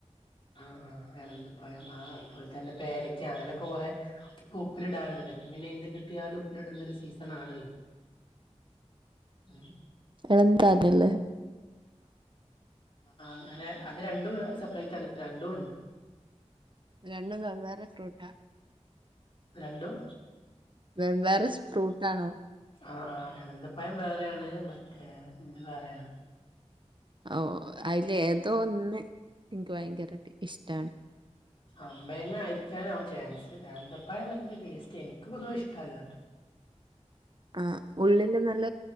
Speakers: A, on the left (about 45°); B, on the right (about 40°).
A: ആഹ് ആഹ് എളന്തപ്പഴം ആ അതുപോലെ തന്നെ പേരക്ക അങ്ങനെക്കെ കുറേ ഇപ്പൊ ഉപ്പിലിടാറുല്ലോ ഇപ്പൊ പിന്നെ എന്ത് കിട്ടിയാലും ഉപ്പിലിടുന്നരു സീസൺ ആണല്ലോ ആ
B: എളന്താത് ല്ലേ
A: ആഹ് അങ്ങനെ അത് രണ്ടും സെപ്പറേറ്റ് ആണ് രണ്ടും ഉണ്ട്
B: രണ്ടും വെവ്വേറെ ഫ്രൂട്ടാ
A: രണ്ടും
B: വെവ്വേറെ സ് ഫ്രൂട്ടാണു
A: ആഹ് ആഹ് അനന്തപ്പയം വേറെയാണ് മറ്റേ ഇത് വേറെയാണ്
B: ഓഹ് അ അയിലെതോ ഒന്ന് ഇൻക്ക് ഭയങ്കരാട്ട് ഇഷ്ട്ടാണ്
A: അമ്പയങ്ങ ആയിരിക്കാനാവും ചാൻസ് ഏന്തപ്പയം വല്യ ടേസ്റ്റ് എനിക്ക് പൊതുവെ ഇഷ്ടല്ല
B: ആഹ് ഉള്ളില് നല്ല